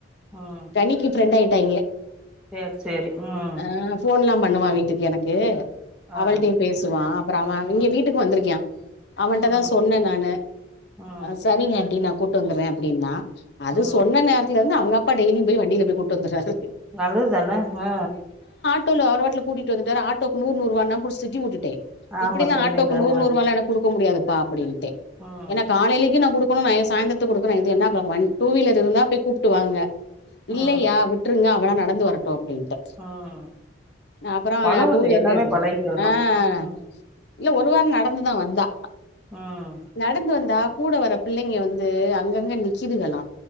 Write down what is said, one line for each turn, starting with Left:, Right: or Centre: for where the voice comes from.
Centre: ம்
Left: கனிக்கு ஃப்ரெண்டாயி டாயிங்க
Centre: சேரி சேரி ம்
Left: ஆ ஃபோன்ல்லா பா பண்ணுமா வீட்டுக்கு எனக்கு
Centre: ஆ
Left: அவள்டையு பேசுவா அப்புறோ அவ அவிங்க
Centre: ம்
Left: வீட்டுக்கு வந்திருக்கியா அவன்ட்ட
Centre: ம்
Left: தா சொன்னே நானு
Centre: ம்
Left: ஆ சரிங் ஆன்டி நா கூட்டு வந்துரே அப்டின்னா அது
Centre: ம்
Left: சொன்ன நேரத்துல இந்து அப் அப்பா டெய்லியு போய் வண்டில போய் போட்டு வந்துறாரு
Centre: நல்லது தானே ஹ
Left: ஆட்டோல அவ ஒருவட்டல கூட்கிட்டு வட்டாரு ஆட்டோக்கு நூர் நூறுவான் புடிச்சி திட்டி விட்டுட்டே
Centre: ஆமா
Left: இப்டினு
Centre: சொன்னில
Left: ஆட்டோக்கு நூறு
Centre: ஆ
Left: நூறுவால எனக் குடு இப்ப முடியாதுப்பா அப்டின்னு தே
Centre: ம்
Left: ஏனா காலேலக்கு நா குடுத் இப்பவு நா ஏ சாயந்தறத்து குடுக்கணு இது என்னா டூ வீலர் இருந்தா போய் கூப்ட்டு வாங்க இல்லயா
Centre: ம்
Left: விட்டுருங்கப் இவலா நடந்து வரட்டு அப்டின்ட்டு
Centre: ம்
Left: அப்பறம்
Centre: பழகட்டு
Left: டூவிலர்ல
Centre: எல்லாமே
Left: இருந்து எடுத்துக்கே
Centre: பழகிக்கிறணு
Left: ஆ
Centre: ம்
Left: இல்ல ஒரு வார நடந்துதா வந்தா
Centre: ம்
Left: நடந்து வந்தா கூட வர பிள்ளைங்க வந்து அங்க அங்க நிக்கிதுங்கலா